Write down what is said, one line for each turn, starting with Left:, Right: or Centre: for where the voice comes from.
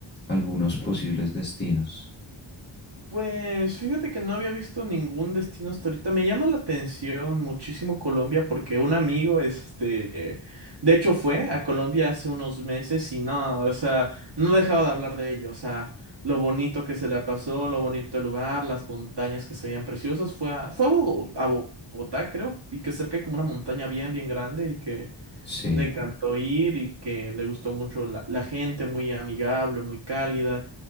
Left: algunos posibles destinos.
Right: Pues fíjate que no había visto ningún destino hasta ahorita. Me llama la atención muchísimo Colombia porque un amigo, este, de hecho fue a Colombia hace unos meses y no, o sea, no dejaba de hablar de ello. O sea, lo bonito que se le pasó, lo bonito el lugar, las montañas que se veían preciosas. Fue a, fue a Bogo- a Bogotá, creo, y que cerca hay como una montaña bien, bien grande y que
Left: Sí.
Right: le encantó ir y que le gustó mucho la, la gente, muy amigable, muy cálida.